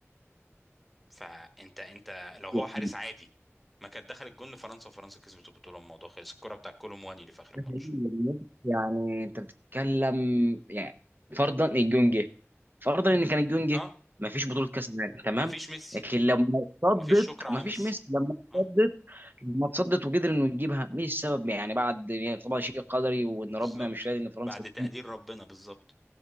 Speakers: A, in the centre; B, on the right.
A: فانت انت لو هو
B: يعني
A: حارس عادي ما كانت دخلت جون لفرنسا وفرنسا كسبت البطوله الموضوع خلص الكره بتاع كولومواني اللي في اخر الماتش
B: ده حقيقي والله. يعني انت بتتكلم يعني فرضا الجونجي فرضا ان كان الجونجي
A: اه
B: ما فيش بطوله كاس عالم تمام
A: مفيش ميسي
B: لكن لما اتصدت
A: مفيش شكر على
B: ما فيش
A: ميسي
B: ميسي لما
A: اه
B: اتصدت لما اتصدت وقدر انه يجيبها مين السبب يعني بعد يعني طبعا شيء قدري وان
A: بالظبط
B: ربنا مش راضي ان فرنسا
A: بعد تقدير
B: تجيب.
A: ربنا بالظبط